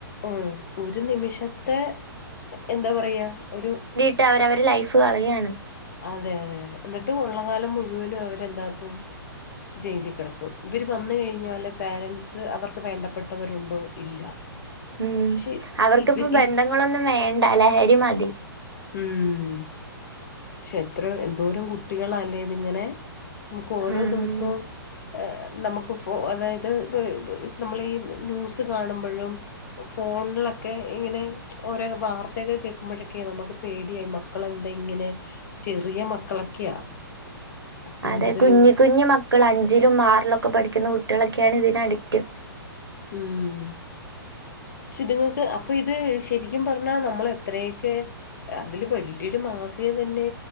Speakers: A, on the left; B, on the right.
A: ഉം ഒരു നിമിഷത്തെ എന്താ പറയാ ഒരു
B: ട്ട് അവരവരുടെ ലൈഫ് കളയുകയാണ്.
A: അതെ അതെ അതെ എന്നിട്ട് ഒള്ളകാലം മുഴുവനും അവരെന്താക്കും ജയിലി കിടക്കും ഇവര് വന്ന കഴിഞ്ഞാല് പോരന്റ്സ് അവർക്ക് വേണ്ടപ്പെട്ടവരുണ്ടോ ഇല്ല
B: ഉം
A: പക്ഷെ
B: അവർക്കിപ്പോ
A: ഇവര്
B: ബന്ധങ്ങളൊന്നും
A: ഈ
B: വേണ്ട ലഹരി മതി
A: ഉം ശേ എത്രഎന്തോരം കുട്ടികള അല്ലേ ഇന്ന് ഇങ്ങനെ നമുക്ക് ഓരോ
B: ആഹ്
A: ദിവസവും നമുക്ക് ഇപ്പോ അതായത് ഇപ്പ ഇപ്പ നമ്മള് ഈ ന്യൂസ് കാണുമ്പോഴും ഫോണിലൊക്കെ ഇങ്ങനെ ഓരോ വാർത്തയൊക്കെ കേൾക്കുമ്പോഴൊക്കെ നമുക്ക് പേടിയായി മക്കൾലെന്താ ഇങ്ങനെ ചെറിയ മക്കളൊക്കെയാ കൂടുതലും
B: അതെ കുഞ്ഞു കുഞ്ഞു മക്കൾ അഞ്ചിലും ആറിലുമൊക്കെ പഠിക്കുന്ന കുട്ടികളൊക്കെയാണ് ഇതിന് അഡിക്റ്റ്
A: ഉം ചിതുങ്ങൾക്ക് അപ്പൊ ഇത് ശരിക്കും പറഞ്ഞാ നമ്മള് എത്രയെക്കെ അതില് വലിയൊരു മാഫിയ തന്നെ